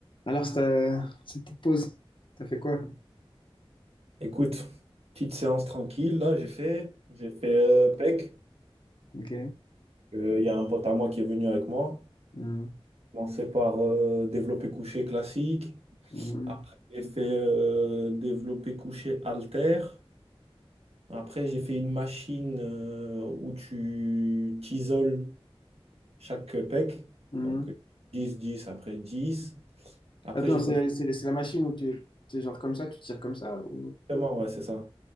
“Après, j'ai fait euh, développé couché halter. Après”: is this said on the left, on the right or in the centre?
Right